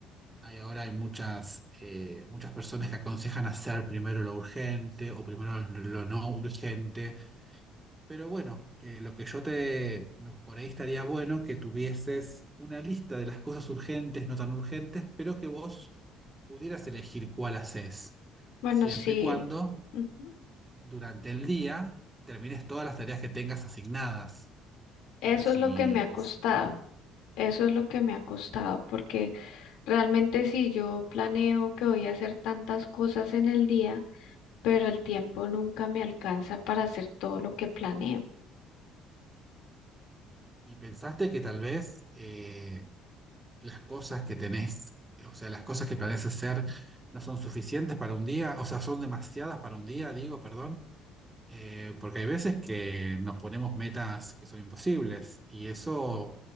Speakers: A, on the right; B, on the left.
A: hay ahora hay muchas, eh, muchas personas que aconsejan hacer primero lo urgente o primero lo no urgente, pero bueno, eh, lo que yo te, por ahí estaría bueno que tuvieses una lista de las cosas urgentes, no tan urgentes, pero que vos pudieras elegir cuál haces,
B: Bueno,
A: siempre
B: sí,
A: y cuando
B: ujú,
A: durante el día termines todas las tareas que tengas asignadas.
B: eso
A: Pero si,
B: es lo que me ha costado,
A: si vos,
B: eso es lo que me ha costado, porque realmente si yo planeo que voy a hacer tantas cosas en el día, pero el tiempo nunca me alcanza para hacer todo lo que planeo.
A: y pensaste que tal vez... eh, las cosas que tenés, o sea, las cosas que planeas hacer no son suficientes para un día, o sea, son demasiadas para un día, digo, perdón, eh, porque hay veces que nos ponemos metas que son imposibles y eso